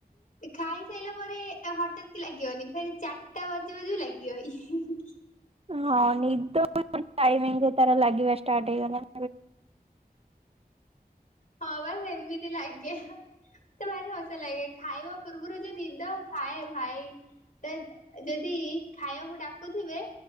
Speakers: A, on the left; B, on the right.
A: ଖାଇସାରିଲା ପରେ ହଠାତ୍ କି ଲାଗିବନି, ଫେର୍ ଚାରିଟା ବଜିବ ଜ ଲାଗିବ। ୟ ଇ। ହି ହି ହି।
B: ହଁ ନିଦ ତାର ଟାଇମଙ୍ଗରେ ଲାଗିବା ଷ୍ଟାର୍ଟ ହେଇଗଲା।
A: ହଁ ବା ସେମିତି ଲାଗେ। ମତେ ଭାରି ହସ ଲାଗେ, ଖାଇବା ପୂର୍ବରୁ ଯେ ନିଦ ଥାଏ ଭାଇ। ତ ଯଦି ଖାଇବାକୁ ଡାକୁଥିବେ